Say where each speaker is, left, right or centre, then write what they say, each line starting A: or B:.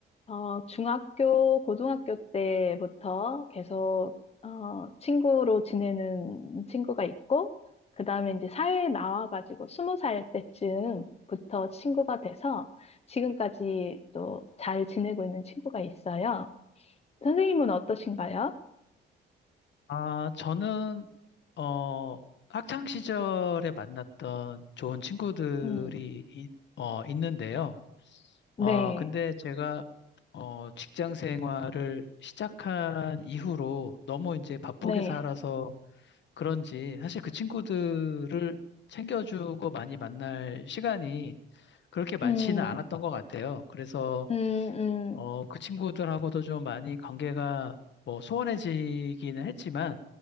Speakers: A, on the left (about 30°); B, on the left (about 65°).
A: 어, 중학교, 고등학교 때부터 계속, 어, 친구로 지내는 친구가 있고, 그 다음에 이제 사회에 나와가지고 스무 살 때쯤부터 친구가 돼서 지금까지 또 잘 지내고 있는 친구가 있어요. 선생님은 어떠신가요?
B: 아, 저는, 어, 학창 시절에 만났던 좋은 친구들이,
A: 음,
B: 이- 어, 있는데요.
A: 네,
B: 아, 근데 제가 어, 직장 생활을 시작한 이후로 너무 이제 바쁘게
A: 네,
B: 살아서 그런지 사실 그 친구들을 챙겨주고 많이 만날 시간이 그렇게 많지는
A: 음,
B: 않았던 것 같아요. 그래서
A: 음,
B: 어,
A: 음,
B: 그 친구들하고도 좀 많이 관계가 뭐 소원해지기는 했지만